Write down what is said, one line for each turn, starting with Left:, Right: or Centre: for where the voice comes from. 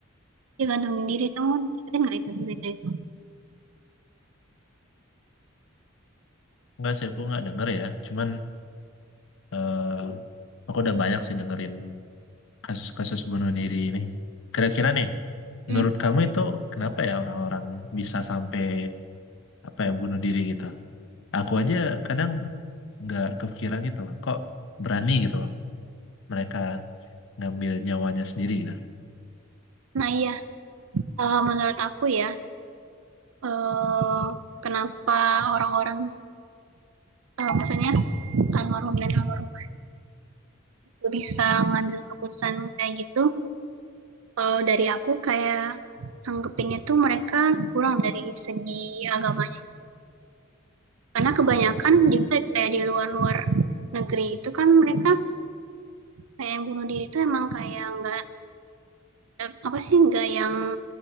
Right: dia gantungin diri kamu ikutin nggak itu berita itu
Left: Enggak sih aku nggak denger ya. Cuman eh, aku udah banyak sih dengerin kasus-kasus bunuh diri ini. Kira-kira nih,
Right: hmm.
Left: menurut kamu itu kenapa ya orang-orang bisa sampai apa ya bunuh diri gitu? Aku aja kadang nggak kepikiran gitu loh. Kok berani gitu loh mereka ngambil nyawanya sendiri gitu.
Right: nah iya eh, menurut aku ya eh kenapa orang-orang eh, maksudnya almarhum dan almarhum itu bisa ngambil keputusan kayak gitu kalau dari aku kayak anggapinnya tuh mereka kurang dari segi agamanya karena kebanyakan juga kayak di luar-luar negeri itu kan mereka kayak yang bunuh diri itu emang kayak nggak em, apa sih nggak yang